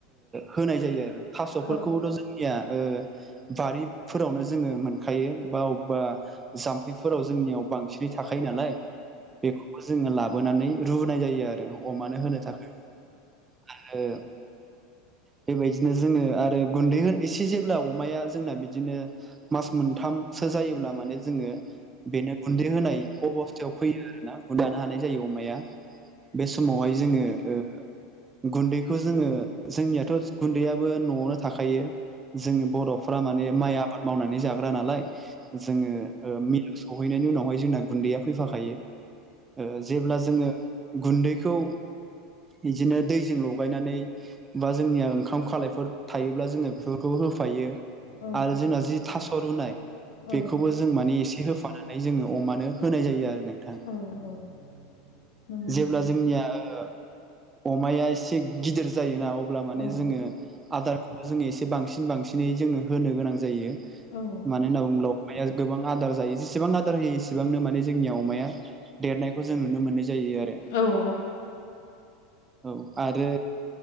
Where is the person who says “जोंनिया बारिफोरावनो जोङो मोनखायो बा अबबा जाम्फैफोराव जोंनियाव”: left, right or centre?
Right